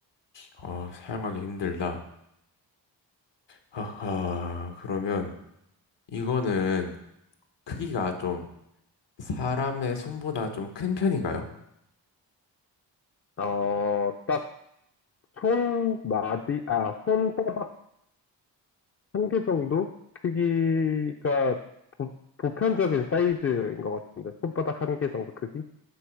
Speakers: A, on the left; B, on the left.
A: 어, 사용하기 힘들다. 하하, 그러면 이거는 크기가 좀 사람의 손보다 좀 큰 편인가요?
B: 어, 딱 손마디, 아, 손바닥 한 개 정도? 크기가 보, 보편적인 사이즈인 것 같은데 손바닥 한 개 정도 크기?